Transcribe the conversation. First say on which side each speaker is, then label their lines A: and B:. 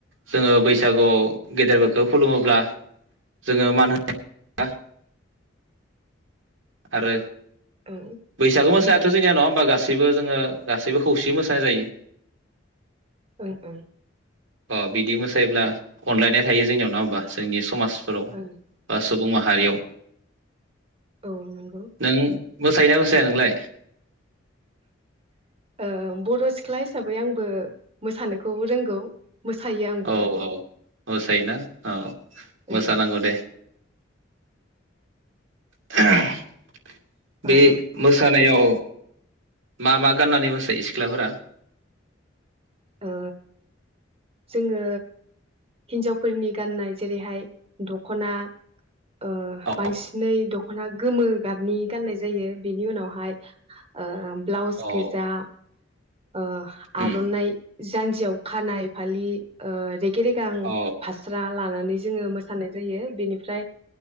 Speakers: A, on the right; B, on the right.
A: जोङो बैस सागोआव गेदेर खौ खुलुमोब्ला जोङो मान होनो आरो
B: ओं
A: बैसागु मोस थ' जोंनिया नङा होमबा गासैबो जोङो गासैबो खौसे मोसानाय जायो।
B: ओ ओ।
A: अ बिदि मोसायोब्ला अनलायनाय थायो जोंनियाव नङा होमबा जोंनि समाज
B: ओं
A: <unintelligible> सुबुं माहारियाव
B: औ नंगौ
A: नों मोसायोना मोसाया नोंलाय?
B: ओ बर' सिख्ला हिसाबै आंबो मोसानोखौ रोंगौ। मोसायो आंबो
A: औ औ मोसायोना औ मोसानांगौ
B: ओं
A: दे। <unintelligible>
B: औ
A: बे
B: ओ
A: मोसानायाव मा मा गाननानै मोसायो सिख्लाफोरा?
B: ओ जोङो हिन्जावफोरनि गाननाय जेरैहाय दख'ना ओ
A: औ
B: बांसिनै दख'ना गोमो गाबनि गाननाय जायो बेनि उनावहाय ओ ब्लाउस
A: औ
B: गोजा ओ आर'नाइ
A: उम
B: जानजियाव खानाय फालि ओ रेगे गे रेगां
A: औ
B: फास्रा लानानै जोङो मोसानाय जायो बेनिफ्राय